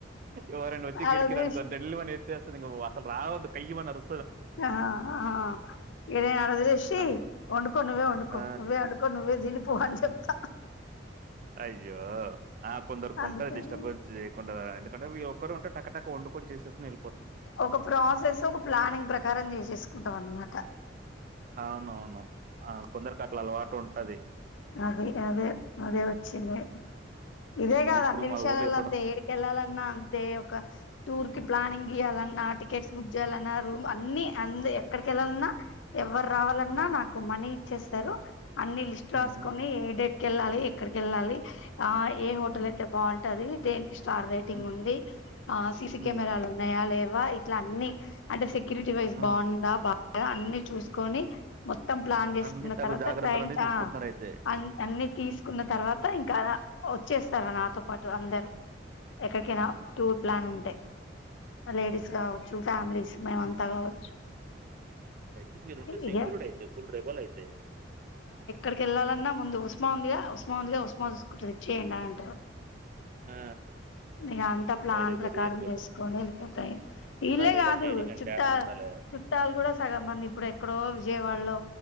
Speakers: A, on the right; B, on the left.
A: ఎవరైనా వచ్చి
B: ఆడోదిలేసి
A: గెల్కిర్ అనుకో దిల్లివని అసలు రావద్దు కయ్యమని ఆరు
B: ఆ ఆ ఇక్కడై అడదిలేసి
A: అస
B: వండుకో నువ్వే వండుకో
A: ఆ
B: నువ్వే వండుకో నువ్వే తినిపోవని చెప్తా
A: అయ్యో ఆ కొందరికి
B: అందుకని
A: ఉంటది డిస్టర్బెన్స్ చేయకుండా ఎందుకంటే ఒక్కరు ఉంటారు టకటక వండుని చేససుకుని
B: ఒక ప్రాసెస్ ఒక ప్లానింగ్ ప్రకారం చేసేసుకుంటాం అనమాట
A: అవునవును ఆ కొందరికట్ల అలవాటు ఉంటది
B: అదే అదే అదే వచ్చింది ఇదే
A: మళ్ళీ
B: కాదు
A: ఇప్పుడు
B: అన్ని
A: మా
B: విషయాలలో
A: ఓన్లీ ఎప్పుడు
B: అంతే ఏడికెళ్లాలన్నా అంతే ఒక టూర్ కి ప్లానింగ్ గియాలి టికెక్ట్స్ బుక్ చేయాలి రూమ్ అన్ని అ ఎక్కడికి వెళ్ళాలన్నా ఎవరు రావాలన్నా నాకు మనీ ఇచ్చేసారు అన్ని లిస్ట్ రాసుకొని
A: ఉహు
B: ఏ డేట్కి వెళ్ళాలి ఎక్కడికి వెళ్ళాలి ఆ ఏ హోటల్
A: ఉమ్
B: అయితే బాగుంటది దే స్టార్ రేటింగ్
A: ఉమ్
B: ఉంది సిసి కెమెరాలు
A: ఉమ్
B: ఉన్నాయా లేవా ఇట్లా అనీ అంటే కిరీటివైస్
A: ఆ
B: బాగుందా బాగా అన్ని చూసుకొని మొత్తం ప్లాన్ చేసుకున్న
A: అన్ని తగు
B: తర్వాత
A: జాగ్రత్తలన్నీ
B: టైమ్
A: తీసుకుంటున్నారు అయితే
B: అ అన్ని తీసుకున్న తర్వాత ఇంకా వచ్చేస్తారా నాతో పాటు అందరు ఎక్కడికైనా టూర్ ప్లాన్ ఉంటే లేడీస్ కావచ్చు ఫ్యామిలీస్ మేమంతా కావచ్చు
A: అయితే మీరుంటే సెక్యూర్డ్
B: ఇక
A: అయితే ఫుల్ రెబల్ అయితే
B: అక్కడికి వెళ్ళాలన్నా ముందు ఉస్మా ఉందిగా ఉస్మా ఉందిగా ఉమా చూసుకుంటుదిచ్చయంండి అని అంటారు
A: ఆ
B: ఇగ అంత ప్లాన్
A: వెరీ గుడ్
B: ప్రకారం
A: వెరీ గుడ్
B: చేసుకొని వెళ్ళిపోతాయి వీళ్ళే
A: ఉండాలి ఇలా
B: కాదు
A: డేరింగ్ అండ్
B: చుట్ట
A: డాషింగ్ ఉండాలి
B: చుట్టాలు కూడా సగం మంది ఇప్పుడు ఎక్కడో విజయవాడలో